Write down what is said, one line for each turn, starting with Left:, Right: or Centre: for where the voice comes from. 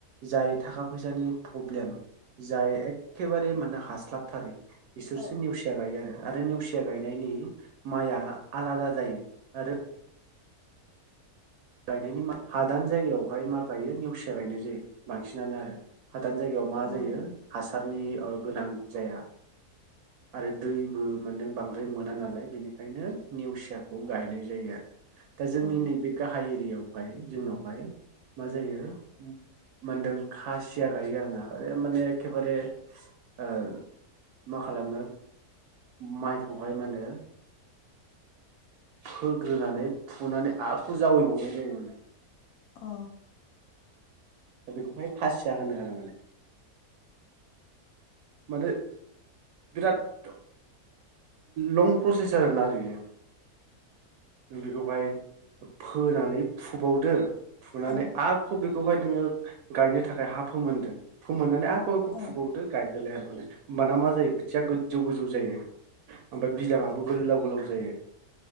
Right: जाय थाखा फैसानि प्रब्लेम जाय एखेबारे माने हास्लाबथारै बिसोरसो
Left: औ
Right: नेवसिया गायो आरो आरो नेवसिया गायनायनि माइआ आलादा जायो आरो गायनायनि मा हादान जायगायावहाय मा गायो नेवसिया गायनाय जायो बांसिनानो आरो हादान जायगायाव मा
Left: औ
Right: जायो हास सारनि ओ गोनां जाया आरो दैबो माने बांद्राय मोना नालाय बेनिखायनो नेवसियाख खौ गायनाय जायो आरो दा जोंनि
Left: अ
Right: नैबे गाहाय एरियाव हाय जोंनावहाय मा जायो मोनदों खासिया गायो आरोना माने एखेबारे ओ माख खालामो माइखौहाय मा होनो फोग्रोनानै फुनानै आख जावैबावनाय जायो माने
Left: अ
Right: दा बेखौहाय खाासिया होनो आरो माने। माने बिराद लं प्रसेस आरोना आरो बियो बिखौहाय फोनानै फुबावदो फुनानै
Left: अ औ
Right: आख बेख खौहाय नोङो गायनो थाखाय हा फोमोनदो फोमोननानै आ ख एखौ
Left: औ
Right: फुबावदो गायदोलाय आरो होमबाना मा जायो खोथिया गोजौ गोजौ जायो। ओमफ्राय बिदाङाबो गोलाव गोलाव जायो।